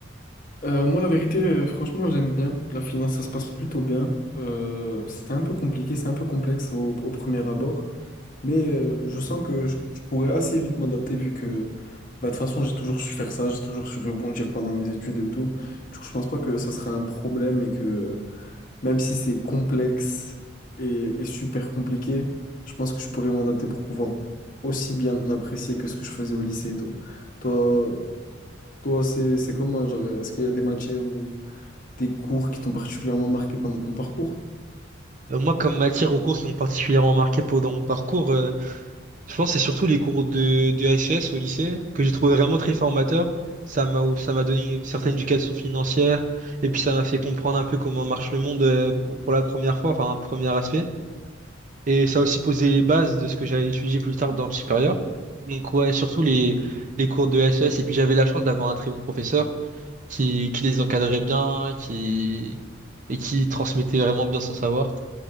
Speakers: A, on the left (about 45°); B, on the right (about 40°).
A: Euh, moi, la vérité, euh, franchement, j'aime bien. La finance, ça se passe plutôt bien. Euh, c'est un peu compliqué, c'est un peu complexe au, au premier abord. Mais euh, je sens que je, je pourrais assez vite m'adapter vu que, bah, de toute façon, j'ai toujours su faire ça, j'ai toujours su rebondir pendant mes études et tout. Du coup, je pense pas que ça serait un problème et que Même si c'est complexe et, et super compliqué, je pense que je pourrais m'adapter pour pouvoir aussi bien apprécier que ce que je faisais au lycée et tout. Toi, toi, c'est, c'est comment, genre, est-ce qu'il y a des matières ou des cours qui t'ont particulièrement marqué pendant ton parcours?
B: Euh, moi, comme matière aux cours qui m'ont particulièrement marqué pendant mon parcours, euh, Je pense que c'est surtout les cours de, de SES au lycée que j'ai trouvé vraiment très formateurs. Ça m'a, ça m'a donné une certaine éducation financière et puis ça m'a fait comprendre un peu comment marche le monde euh, pour, pour la première fois, enfin un premier aspect. Et ça a aussi posé les bases de ce que j'allais étudier plus tard dans le supérieur. Donc ouais, surtout les, les cours de SES. Et puis j'avais la chance d'avoir un très bon professeur qui, qui les encadrait bien, qui, et qui transmettait vraiment bien son savoir.